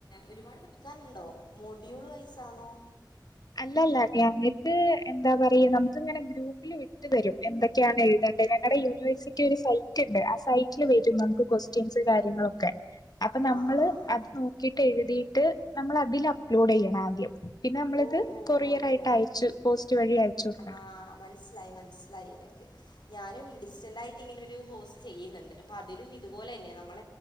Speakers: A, on the left (about 75°); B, on the left (about 55°).
A: ഒരുപാട് പഠിക്കാനുണ്ടോ മോഡ്യൂൾ വയസാണോ
B: അല്ലല്ല ഞങ്ങൾക്ക് എന്താ പറയാ നമുക്ക് ഇങ്ങനെ ഗ്രൂപ്പിൽ വിട്ട് തരും എന്തൊ ഒക്കെയാണ് എഴുതേണ്ട് ഞങ്ങളുടെ യൂണിവേഴ്സിറ്റി ഒരു സൈറ്റ് ഉണ്ട് ആ സൈറ്റില് വരും നമുക്ക് ക്വസ്റ്റ്യൻസ് കാര്യങ്ങളൊക്കെ അപ്പൊ നമ്മള്
A: ആ ആ ആ ആ.
B: അത് നോക്കിട്ട് എഴുതിയിട്ട് നമ്മൾ അതിൽ അപ്ലോഡ് ചെയ്യണം ആദ്യം പിന്നെ നമ്മൾ
A: ഓ
B: കൊറിയർ
A: അങ്ങനെ
B: ആയിട്ട് അയച്ചു പോസ്റ്റ് വഴി അയച്ചു കൊടുക്കണം
A: ആഹ് മനസ്സിലായി മനസ്സിലായി എനക്ക് ഞാനും ഡിസ്റ്റന്റ് ആയി ഇങ്ങനെ ഒരു കോഴ്സ് ചെയ്യുന്നുണ്ട് അപ്പൊ അതിലും ഇതുപോലെ തന്നെ നമ്മള